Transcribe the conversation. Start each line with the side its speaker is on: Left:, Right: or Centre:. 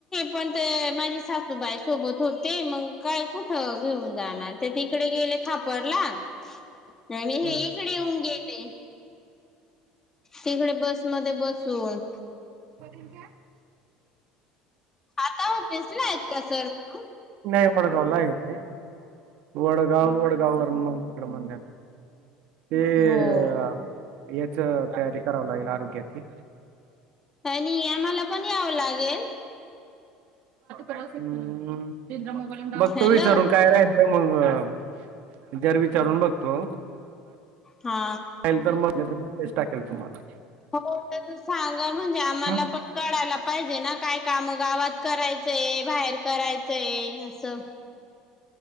Left: पण मा सासूबाई सोबत होते मग काय कुठ घेऊन जाणार ते तिकडे गेले खापरला आणि हे
Right: हं.
Left: इकडे येऊन गेले तिकडे बस मध्ये बसून
Right: करन का
Left: आता ऑफिसला आहेत का सर मग?
Right: नाही वडगावला आहे वडगाव वडगाववर मातीिकड म ते
Left: हो.
Right: अ याच तयारी कराव लागेल आरोग्याची
Left: आणि आम्हाला पण यावं लागेल
Right: रांदल बघतो
Left: हॅलो
Right: विचारून काय राही मग ज विचारून बघतो.
Left: हा.
Right: ल तर मग टाकेल तुम्हाला
Left: हो तर तू सांगा म्हणजे आम्हाला
Right: हं,
Left: पण कळायला पाहिजे ना काय काम गावात करायचंय बाहेर करायचंय असं